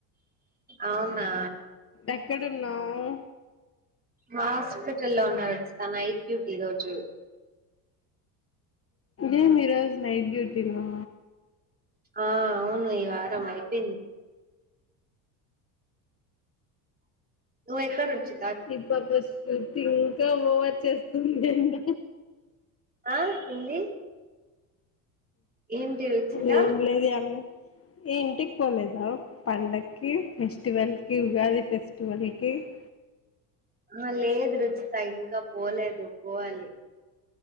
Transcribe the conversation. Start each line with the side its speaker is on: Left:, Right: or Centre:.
Right: అవునా
Left: ఎక్కడున్నావు
Right: మా హాస్పిటల్ లో ఉన్నారు వచ్చిత నైట్ డ్యూటీ రోజు
Left: ఇ మీ రజ నైట్ టీ మా
Right: ఆ అవును ఈ వారం అయిపోయింది ఎక్కచ్చు
Left: ఇ పాక్క స్ట్ ఇంకా బో వచ్చేస్తుందింట
Right: ఆ ఏంది ఏంటి రుచిత
Left: అ ఏం లేదు అమ్ని ఏ ఇంటికి పోలేదా పండకి ఫెస్టివల్ కి ఉగాది ఫెస్టివల్ కి అ
Right: ఆ లేదు రుచిత ఇంకా పోలేదు పోవాలి